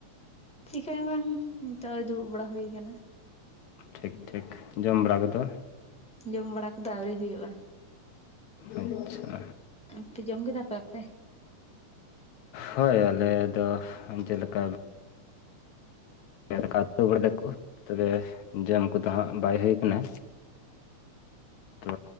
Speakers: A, in the centre; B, on the left.
A: ᱪᱮᱠᱟᱹ ᱦᱚᱸ ᱵᱟᱝ ᱱᱤᱛᱚᱜ ᱫᱩᱲᱩᱵ ᱵᱟᱲᱟ ᱦᱩᱭ ᱟᱠᱟᱱᱟ
B: ᱴᱷᱤᱠ ᱴᱷᱤᱠ ᱡᱚᱢ ᱵᱟᱲᱟ ᱠᱩᱫᱚ
A: ᱡᱚᱢ ᱵᱟᱲᱟ ᱠᱩᱫᱚ ᱟᱹᱣᱨᱤ ᱦᱩᱭᱩᱜᱼᱟ
B: ᱟᱪᱪᱷᱟ
A: ᱟᱯᱮ ᱡᱚᱢ ᱠᱮᱫᱟ ᱯᱮ ᱟᱯᱮ
B: ᱦᱳᱭ ᱟᱞᱮ ᱫᱚ ᱡᱮᱞᱮᱠᱟ ᱫᱟᱠᱟ ᱛᱩ ᱵᱟᱲᱟ ᱫᱟᱠᱚ ᱛᱚᱵᱮ ᱡᱚᱢ ᱠᱚᱫᱚ ᱦᱟᱸᱜ ᱵᱟᱭ ᱦᱩᱭ ᱠᱟᱱᱟ ᱛᱚ